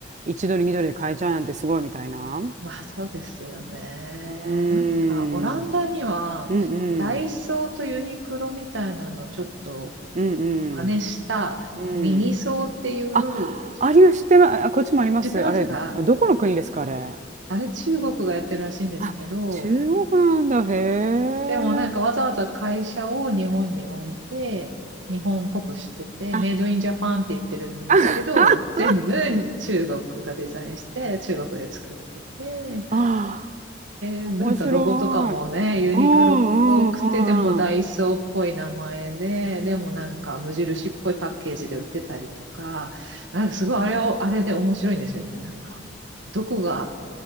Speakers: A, on the right; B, on the right.
A: 一ドル、二ドルで買えちゃうなんてすごいみたいな。
B: まあそうですよね。
A: うーん。
B: なんか、オランダには、
A: うんう
B: ダイソーとユニクロみたいなのをちょっと
A: ん。うん
B: 真似したミニソーっていう、
A: うん。うん。あ、ありま、知ってま、あこっちもあります。
B: 知ってますか
A: あれ、どこの国ですか、あれ。
B: あれ中国がやってるらしいんですけど、
A: あ、中国なんだ、へえ。
B: でもなんかわざわざ会社を日本に置いて、日本っぽくしてて、
A: あ、
B: メイドインジャパンって言ってるんですけど、
A: あ、
B: 全部中国がデザインして、
A: <laughs>
B: 中国で作ってて、
A: あ
B: で、なんかロゴとかもね、
A: ー、面白い。
B: ユニクロっぽくて、
A: うんうんう
B: でもダイソーっぽい名前で、
A: んうん。
B: でもなんか無印っぽいパッケージで売ってたりとか、なんかすごいあれを、あれで面白いんですよね。なんか、どこが、